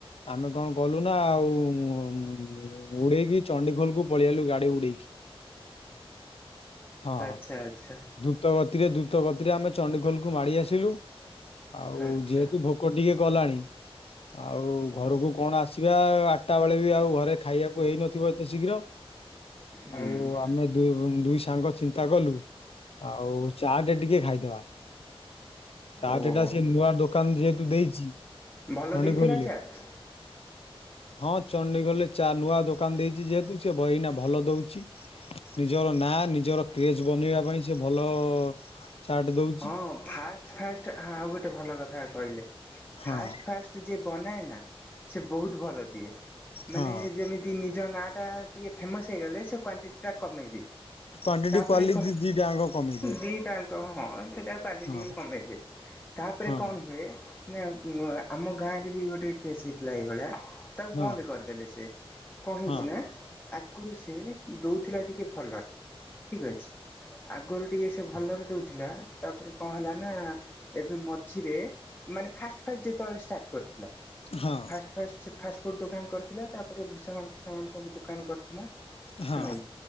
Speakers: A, on the left (about 70°); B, on the left (about 20°).
A: ଆମେ କଣ କଲୁ ନା ଆଉ ଉଡେଇକି ଚଣ୍ଡିଖୋଲ କୁ ପଳେଇଆଇଲୁ ଗାଡି ଉଡେଇକି। ହଁ
B: ଆଚ୍ଛା ଆଚ୍ଛା।
A: ଦ୍ରୁତ ଗତିରେ ଦ୍ରୁତ ଗତିରେ ଆମେ ଚଣ୍ଡିଖୋଲକୁୁ ମାଡି ଆସିଲୁ ଆଉ
B: ଆଚ୍ଛା
A: ଯେହେତୁ ଭୋକ ଭୋକ ଟିକେ କଲାଣି ଆଉ
B: ଓ
A: ଘରକୁ କଣ ଆସିବା ଆଠଟା ବେଳେ ବି ଆଉ। ଘରେ ଖାଇବାକୁ ହେଇନଥିବ ଏତେ ଶୀଘ୍ର
B: ହୁଁ
A: ଆଉ ଆମେ ଦୁଇ ସାଙ୍ଗ ଚିନ୍ତା କଲୁ ଆଉ ଚାଟେ ଟିକେ ଖାଇଦବା। ଚାଟଟା
B: ଓହୋ
A: ସେ ନୂଆ ଦୋକାନ ଯେହେତୁ ଦେଇଛି
B: ଭଲ
A: ଚଣ୍ଡିଖୋଲରେ
B: ଦେଇଥିଲା ଚାଟ୍?
A: ହଁ ଚଣ୍ଡିଖୋଲରେ ଚା ନୂଆ ଦୋକାନ ଦେଇଛି ଯେହେତୁ ସେ ଏଇନା ଭଲ ଦଉଛି। ନିଜର ନାଁ ନିଜର କ୍ରେଜ ବନେଇବା ପାଇଁ ସେ ଭଲ ଚାଟ ଦଉ
B: ହଁ ଫାଷ୍ଟ ଫାଷ୍ଟ ଆଉ ଗୋଟେ ଭଲ କଥା କହିଲେ
A: ହଁ
B: ଫାଷ୍ଟ ଫାଷ୍ଟ ଯିଏ ବନାଏ ନା ସେ ବହୁତ ଭଲ ଦିଏ ମାନେ
A: ହଁ
B: ଯେମିତି? ଯଦି ନିଜ ନାଁଟା ଟିକେ ଫେମସ୍ ହେଇଗଲେ ସେ କ୍ୱାଣ୍ଟିଟା କମେଇଦିଏ।
A: କ୍ଵାଣ୍ଟିଟି
B: ତାପରେ
A: କ୍ୱାଲିଟି
B: କହ
A: ଦିଟାଙ୍କ କମେଇ ଦିଏ।
B: ଦିଟା ହିଁ। ସେଟାକାଲି
A: ହଁ
B: ଟିକେ କମେଇ ଦିଏ ତାପରେ
A: ହଁ
B: କଣ। ହୁଏ ନା ଆମ ଗାଁରେ ବି ଗୋଟେ କେସ୍ ହେଇଥିଲା ଏଇଭୋଳିଆ। ତାକୁ
A: ହଁ
B: ବନ୍ଦ୍ କରିଦେଲେ ସିଏ କଣ ହେଇଛି
A: ହଁ
B: ନା କୁରୁ ସିଏ ଦୋଉଥିଲା ଟିକଏ ଭଲରେ ଠିକ୍ ଅଛି। ଆଗରୁ ଟିକେ ସେ ଭଲରେ ଦୋଉଥିଲା ତାପରେ କଁ ହେଲା ନା ଏବେ ମଝିରେ ମାନେ ଫାଷ୍ଟ ଫାଷ୍ଟ ଯେତେବେଳେ ଷ୍ଟାର୍ଟ କରିଥିଲା।
A: ହଁ।
B: ଫାଷ୍ଟ୍ ଫାଷ୍ଟ୍ ଫାଷ୍ଟଫୁଡ଼୍ ଦୋକାନ୍ କରିଥିଲା ତାପରେ ଭୁସାମନ୍ ଫୁସାମନ୍ ସବୁ ଦୋକାନ କରିଥିଲା।
A: ହଁ ହଁ